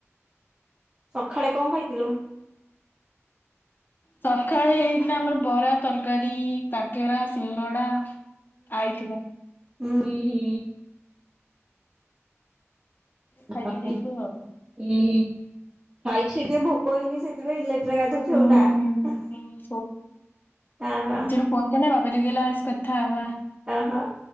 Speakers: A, on the right; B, on the left.
A: ସକାଳେ କଣ ଖାଇଥିଲୁ?
B: ସକାଳେ ହେଇଥିଲା ଆମର ବରା, ତରକାରୀ, କାକେରା, ସିଙ୍ଗଡ଼ା। ଆଇଥିଲା।
A: ଉଁ ହି ହି।
B: ଖାଇ
A: ଆଉ
B: ପିଇ ଦେଇଥିଲୁ ଆଉ।
A: ଇଁ ହିଁ ଖାଇଚି ଯେ ଭୋକ ହେଇନି ସେ ସେଥିପାଇଁ ଲେଟ ରେ ଗାଧଉଚୁ
B: ହୁଁ
A: ଆଉ ନା ଆ ଆହୋ।
B: କଣ କେ ନା ବାବାଲି କହିଲା ଆସ କଥା ହେବା।
A: ଅହୋ